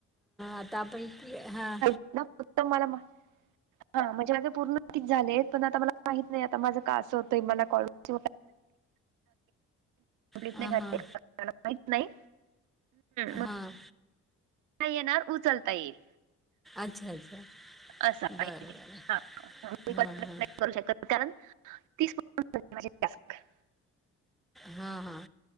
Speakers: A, in the centre; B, on the right (about 85°).
A: आता आपण की हा
B: नातम मला म <unintelligible> हा म्हणजे माझे पूर्ण तिक झाले आहेत पण आता मला माहित नाही आता माझं का असं होतं मला कॉल <unintelligible> <unintelligible> <unintelligible> आपल्याला
A: हां हां
B: माहित नाही मग
A: हां.
B: नाही येणार उचलता येईल.
A: अच्छा अच्छा
B: असं
A: बरं
B: हाय ती
A: बरं
B: हा हा मी
A: हां
B: पण नाही
A: हां
B: कॉल करू शकत <unintelligible> मग त्याला <unintelligible> कारण तिस पर्यंत माझे टास्क
A: हां हां